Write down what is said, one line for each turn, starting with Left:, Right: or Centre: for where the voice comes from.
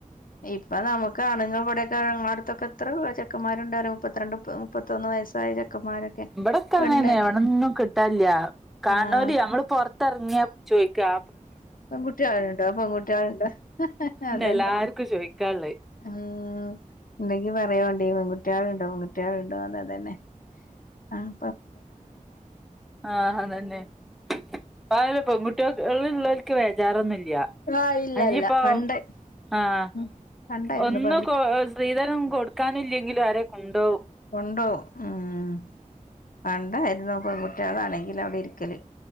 Left: ഇപ്പൊ നമക്ക് ആണുങ്ങൾ ഇവിടെയോക്കെ ഞങ്ങള അടുത്തൊക്കെ എത്രയോ ചെക്കന്മാരുണ്ടായിരുന്നു മുപ്പത്തിരണ്ട് മുപ്പത്തൊന്ന് വയസ്സായ. ചെക്കന്മാരൊക്കെ
Centre: ഇവിടൊക്കെ
Left: പെണ്ണ്
Centre: ഇങ്ങനെന്നെ എവിടൊന്നു കിട്ടാനില്ല കാണലോര്
Left: ആഹ്
Centre: നമ്മള് പുറത്തിറങ്ങിയാ ചോയ്ക്കാ.
Left: പെൺകുട്ടി കളുണ്ടോ പെൺകുട്ടി ക ളുണ്ടോ അതന്നെ
Centre: എല്ലാർക്കും ചോദിക്കാനുള്ളേ
Left: ഉം ഉണ്ടെങ്കി പറയോണ്ടി പെൺകു കുട്ടികളുണ്ടോ പെൺകുട്ടി ട്ടിളുണ്ടോ ഇദെന്നെ ആഹ്
Centre: ആഹ് അതന്നെ ഇപ്പോ ആയിന്ന് പെ ൺുട്ടികൾഉള്ളടു നിക്ക് വേചാറൊന്നുമില്ല ല്ല്യാഇനിയിപ്പോ
Left: ആഹ് ഇല്ലല്ല പണ്ട്
Centre: ആഹ്
Left: ഉം പണ്ടായിരുന്നു
Centre: ഒന്നും
Left: പെൺകുട്ടി
Centre: സ്ത്രീധനം കൊടുക്കാനില്ലെങ്കിലും ആരെയും കൊണ്ടോവും.
Left: ഉണ്ടോ ഉം പണ്ടായിരുന്നു പെൺകുട്ടികളാണെങ്കിൽ അവിടെ ഇരിക്കല്.